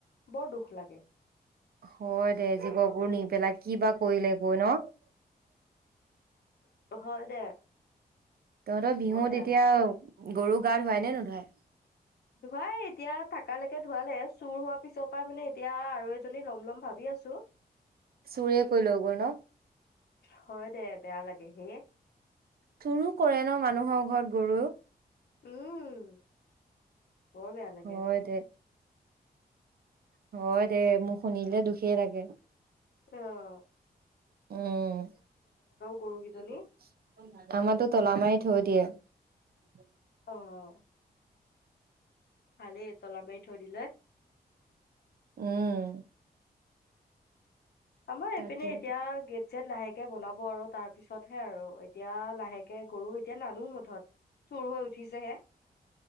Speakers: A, on the left (about 80°); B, on the right (about 65°).
A: বৰ দুখ লাগে।
B: হয় দে, জীৱ বোৰ নি পেলাই কি বা কৰিলে গৈ ন'।
A: হয় দে।
B: তহঁতৰ বিহুত
A: বৰ বেয়া
B: এতিয়া
A: লাগে।
B: গৰু গা ধোৱাই নে নুধুৱাই?
A: ধুৱাই এতিয়া থাকালৈকে ধুৱালে চুৰ হোৱাৰ পিছৰ পৰা মানে এতিয়া আৰু এজনী লম লম ভাবি আছো।
B: চুৰে কৰি লৈ গ'ল ন'।
A: হয় দে, বেয়া লাগে হেই।
B: চুৰো কৰে ন' মানুহৰ ঘৰত গৰু।
A: উম। বৰ বেয়া লাগে
B: হয় দে। হয় দে ম শুনিলে দুখেই লাগে।
A: আহ।
B: উম
A: গৰুকেইজনী
B: আমাৰো তলা মাৰি থৈ দিয়ে। উ
A: অ' ভালেই তলা মাৰি থৈ দিলে।
B: উম।
A: আম
B: তাকেইতো।
A: পিনে এতিয়া গেট যে পিছত লাহেকে বনাব আৰু তাৰ পিছতহে আৰু এতিয়া লাহেকে গৰু এতিয়া নানো মুঠত চুৰ হৈ উঠিছেহে।